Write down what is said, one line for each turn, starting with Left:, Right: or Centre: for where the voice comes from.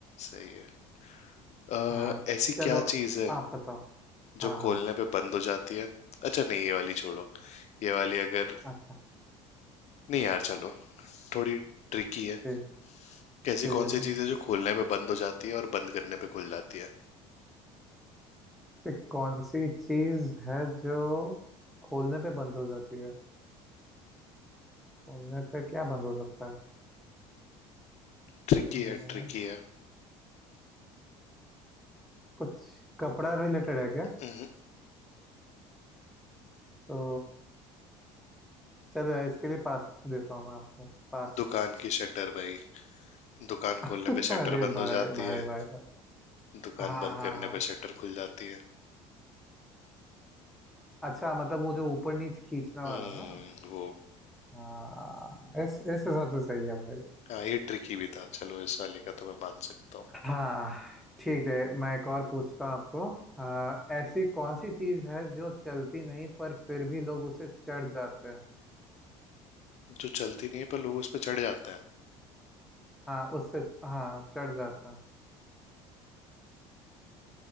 Left: सही है अ,
Centre: हाँ
Left: ऐसी
Centre: चलो
Left: क्या चीज है
Centre: आप बताओ हाँ
Left: जो
Centre: हाँ
Left: खोलने पे बंद हो जाती है अच्छा नहीं ये वाली छोड़ो ये वाली अगर
Centre: अच्छा
Left: नहीं यार चलो थोड़ी ट्रिकी है
Centre: ठीक
Left: कैसी
Centre: ठीक
Left: कौन
Centre: है ठीक
Left: सी चीज
Centre: है
Left: है जो खोलने पे बंद हो जाती है और बंद करने पे खुल जाती है
Centre: से कौन सी चीज है जो खोलने पे बंद हो जाती है खोलने पे क्या बंद हो सकता है
Left: ट्रिकी
Centre: ये है-
Left: है ट्रिकी है
Centre: कुछ कपड़ा रिलेटेड है क्या
Left: हम्म,
Centre: तो चलो इसके लिए पास देता हूँ मैं आपको पास
Left: दुकान की शटर भाई दुकान
Centre: <laughs>
Left: खोलने पे
Centre: अरे
Left: शटर बंद
Centre: भाई
Left: हो जाती
Centre: भाई
Left: है
Centre: भाई भाई
Left: दुकान
Centre: हाँ
Left: बंद
Centre: हाँ
Left: करने
Centre: हाँ
Left: पे शटर खुल जाती है
Centre: अच्छा मतलब वो जो ऊपर नीच खींचने वाला
Left: हम्म
Centre: ना
Left: वो
Centre: हाँ इस इस हिसाब से सही है भाई
Left: हाँ ये ट्रिकी भी था चलो इस वाले का तो मैं मान सकता हूँ
Centre: हाँ ठीक है मैं एक और पूछता हूँ आपको हाँ, ऐसी कौन सी चीज़ है जो चलती नहीं पर फिर भी लोग उसे चढ़ जाते हैं
Left: जो चलती नहीं है पर लोग उस पर चढ़ जाते हैं
Centre: हाँ उससे हाँ चढ़ जाते हैं